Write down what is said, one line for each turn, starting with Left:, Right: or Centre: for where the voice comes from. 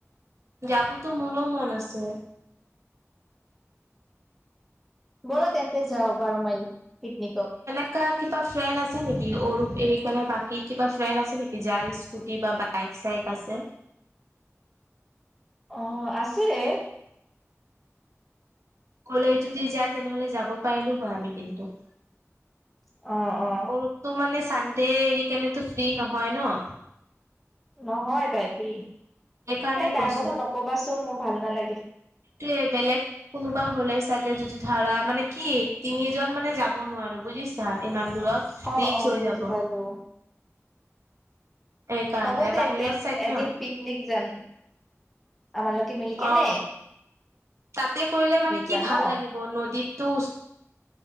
Right: যাব তো মোৰো মন আছে।
Centre: বোলা তেন্তে যাওঁ বাৰমাইল, পিকনিকত।
Right: এনেকুৱা কিবা ফ্ৰেণ্ড আছে নেকি, অৰুপ এৰি কেনে বাকী কিবা ফ্ৰেণ্ড আছে নেকি যাৰ স্কুটি বা বাইক? বাইক-চাইক আছে?
Centre: অহ', আছেই।
Right: ক'লে যদি যায় তেনেহ'লে যাব পাৰিলোঁ হয় আমি কিন্তু।
Centre: অ', -অ',।
Right: অৰুপ তো মানে চানডে এৰি কেনে তো ফ্ৰী নহয় ন?
Centre: নহয়, তাৰ <unintelligible>
Right: সেইকাৰণে
Centre: এ তাইৰ
Right: কৈছো
Centre: কথা নকবা চোন, মোৰ ভাল নালাগে।
Right: তে' বেলেগ কোনোবা হ'লে চাগে যদি ধৰা, মানে কি তিনিজন মানে যাব নোৱাৰো বুজিছা, ইমান দূৰত।
Centre: অ'
Right: ৰিক্স
Centre: অ',
Right: হৈ
Centre: বুজি
Right: যাব
Centre: পালো।
Right: সেইকাৰণে
Centre: হ'ব
Right: আৰু
Centre: তেন্তে
Right: বাহিৰত চাইড
Centre: এদিন
Right: ন
Centre: পিকনিক যাম, আমাৰ লোকে মিলি কিনে
Right: অ তাতে কৰিলে মানে কি
Centre: যাম
Right: ভাল
Centre: অ
Right: লাগিব নদীতো